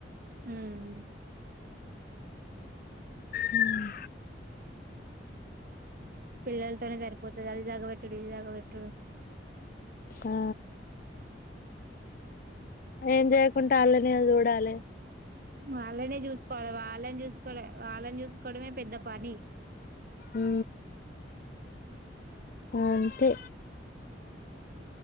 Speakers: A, on the right; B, on the left.
A: ఉమ్
B: మ్మ్
A: పిల్లలతోనే సరిపోతది అది జగబెట్టుడు ఇది జగ్గబెట్టుడు
B: ఆ ఏం చేయకుంటా అలానే చూడాలె
A: వాళ్ళనే చూసుకోవాలి వాళ్ళనే చూసుకోవ వాళ్ళని చూసుకోవడమే పెద్ద పని
B: ఉ అంతే